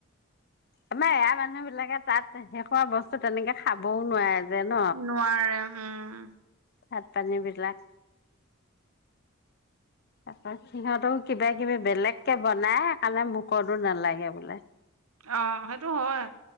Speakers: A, on the left; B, on the right.
A: আমাৰ এয়া মানুহ বিলাকে তাত শেষোৱা বস্তু তেনেকে খাবও নোৱাৰে যে ন
B: নোৱাৰে উম
A: ভাত পানীবিলাক তাৰপ সিহঁতো কিবা কিবি বেলেগকে বনাই কাৰণে মুখতো নালাগে বোলে
B: অ সেইটো হয়